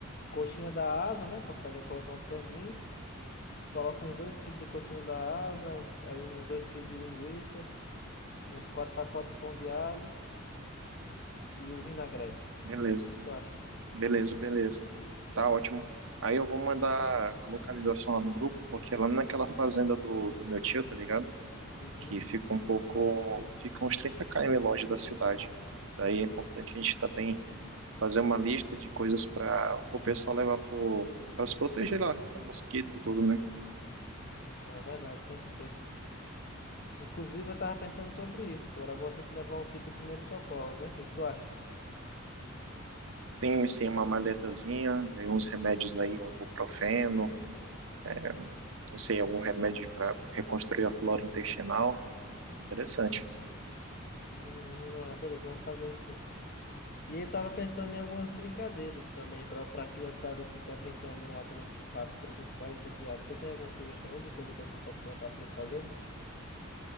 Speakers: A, on the left; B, on the right.
A: coxinha da asa, né? Pra pegar, colocar um franguinho. Coloca uns dois quilos de coxinha da asa, aí uns dois quilos de linguiça, uns quatro pacotes de pão de alho. e o vinagrete.
B: Beleza,
A: O que que tu acha?
B: beleza, beleza. Tá ótimo. Aí eu vou mandar a localização lá no grupo, porque é lá naquela fazenda do, do meu tio, tá ligado?
A: Uhum.
B: Que fica um pouco. Fica uns 30 km longe da cidade. Daí é importante a gente estar bem fazer uma lista de coisas para o pessoal levar para se proteger lá contra mosquito e tudo, né?
A: Não, É verdade, tem que ter. Inclusive, eu tava pensando sobre isso, pô. Era bom a gente levar um kit de primeiros socorros, né? O que que tu acha?
B: Tem, assim, uma maletazinha, aí uns remédios aí, um ibuprofeno, é, não sei, algum remédio para reconstruir a flora intestinal. Interessante,
A: Uhum, não, é beleza, vamos fazer isso sim. E aí eu tava pensando em algumas brincadeiras também, pra, pra criançada ficar brincando lá durante o churrasco, pra eles não ficarem entediados. Você tem alguma sugestão aí de coisa que a gente pode colocar pra eles fazerem?